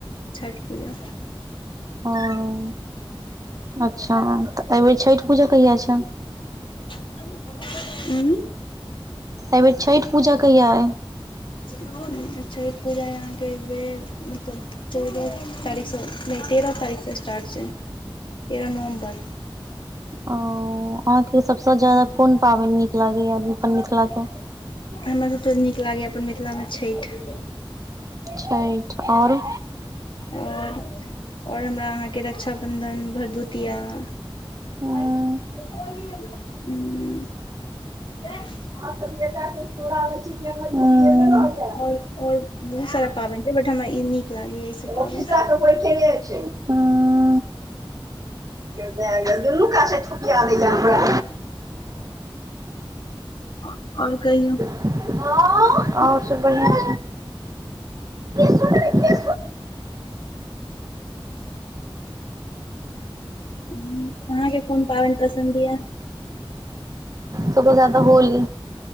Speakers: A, on the left (about 60°); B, on the right (about 40°).
A: छठ पूजा
B: हँ अच्छा तऽ एहिबेर छठि पूजा कहिया छै
A: ऊ
B: एईबेर छठि पूजा कहिया अइ
A: छठि पूजा अहाँके एक बेर मतलब चौदह तारीकसँ नै तेरह तारीकसँ एस्टार्ट छै तेरह नवम्बर
B: ओ अहाँके सबसँ ज्यादा कोन पाबनि नीक लागैया अपन मिथिलाके
A: हमरा सब के नीक लागैया अपन मिथिलामे छठि
B: छठि आओर
A: आओर आओर हमरा अहाँके रक्षाबन्धन भरदुतिया
B: उम्म
A: ऊ
B: ह त दौड़ब <unintelligible>
A: आओर आओर बहुत सारा पाबनि छै बट हमरा ई नीक लागैया ई सब पाबनि
B: बी सा कोइ ख छै <unintelligible> गे माए गे दुनू कात स छौकिया दैया हमरा
A: आओर कहियौ
B: आओर सब बढ़िआ छै
A: अहाँके कोन पाबनि पसन्द यऽ
B: सबस जाद होली